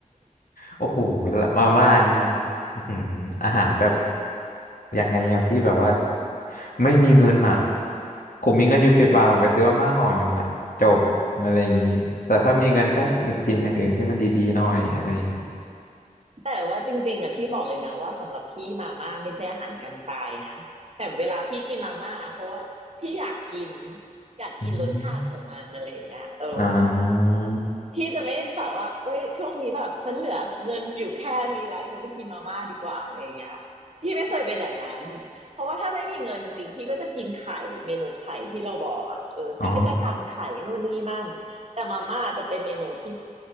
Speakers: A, on the left; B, on the right.
A: โอ้โหมาม่านี่อื้อหืออาหารแบบยังไงอะพี่แบบว่าไม่มีเงินอะผมมีเงินอยู่สิบบาทผมไปซื้อมาม่าห่อหนึ่งอะจบอะไรอย่างนี้แต่ถ้ามีเงินก็ไปกินอย่างอื่นที่มันดีๆหน่อยอะไรอย่างงี้
B: แต่ว่าจริงๆอ่ะพี่บอกเลยนะว่าสำหรับพี่มาม่าไม่ใช่อาหารกันตายนะแต่เวลาพี่กินมาม่าเพราะว่าพี่อยากกินอยากกินรสชาติของมันอะไรอย่างเงี้ยเออ
A: อืมอ่า
B: พี่จะไม่แบบว่าเอ้ยช่วงนี้แบบฉันเหลือเงินอยู่แค่นี้ละฉันไปกินมาม่าดีกว่าอะไรอย่างเงี้ยพี่ไม่เคยเป็นอย่างนั้นเพราะว่าถ้าไม่มีเงินจริงๆพี่ก็จะกินไข่เมนูไข่ที่เราบอกอ่ะเออพี่ก็จะทำไข่นู่นนี่นั่นแต่มาม่าจะเป็นเมนูที่
A: อ๋อ